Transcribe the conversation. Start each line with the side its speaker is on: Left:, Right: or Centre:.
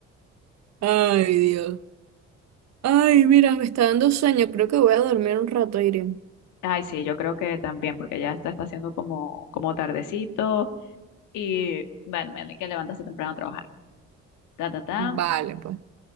Right: Ay, Dios. Ay, mira, me está dando sueño. Creo que voy a dormir un rato, Irene.
Left: Ay, sí, yo creo que también, porque ya está, está haciendo como, como tardecito y, bueno, mañana hay que levantarse temprano a trabajar. Ta, ta, ta.
Right: Vale, pues.